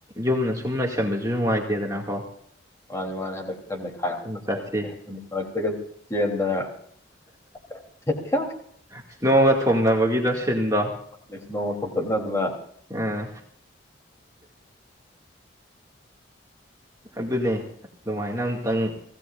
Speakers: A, on the right (about 20°); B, on the left (about 15°).
A: ꯌꯨꯝꯅ ꯁꯨꯝꯅ ꯆꯝꯕꯁꯨ ꯅꯨꯡꯉꯥꯏꯇꯦꯗꯅ ꯍꯣ
B: <unintelligible>
A: ꯆꯠꯁꯤ ꯏꯁꯅꯣꯒ ꯊꯣꯅꯕꯒꯤꯗ ꯁꯤꯟꯗꯣ
B: ꯅꯦꯁꯅꯣ ꯊꯣꯞꯇꯠꯅꯗꯅ
A: ꯎꯝ ꯑꯗꯨꯅꯦ ꯑꯗꯨꯃꯥꯏꯅ ꯑꯝꯇꯪ